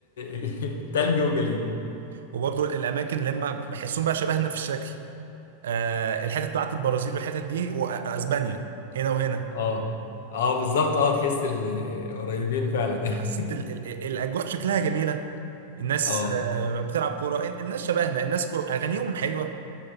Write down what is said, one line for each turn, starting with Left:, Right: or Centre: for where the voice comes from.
Left: <laughs> تلج وجليد
Right: وبرضه الاماكن اللي هم بحسهم بقى شبهنا في الشكل آه، الحتت بتاعت البرازيل والحتت دي واسبانيا هنا وهنا
Left: اه اه بالظبط اه تحس ال- قريبين فعلا <laughs>
Right: حسيت ال ال ال- الاجواء شكلها جميله الناس
Left: اه
Right: آه، بتلعب كوره ال- الناس شبهنا الناس كو- اغانيهم حلوه